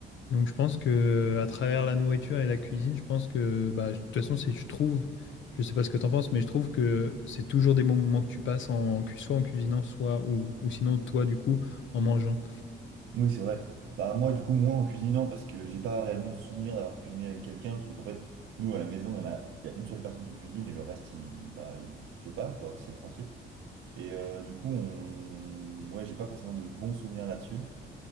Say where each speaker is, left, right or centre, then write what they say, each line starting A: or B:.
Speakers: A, on the left; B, on the right.
A: donc je pense que à travers la nourriture et la cuisine, je pense que bah, de toute façon, c'est, je trouve, je sais pas ce que t'en penses, mais je trouve que c'est toujours des bons moments que tu passes en, cu- soit en cuisinant, soit ou, ou sinon toi du coup en mangeant.
B: Oui, c'est vrai. Bah moi, du coup, moi en cuisinant, parce que j'ai pas réellement de souvenir d'avoir cuisiné avec quelqu'un, parce que en fait, nous à la maison, il y en a, il y a une seule personne qui cuisine et le reste, il, bah, il fait pas, quoi, c'est le principe. Et euh, du coup, on... ouais, j'ai pas forcément de bons souvenirs là-dessus.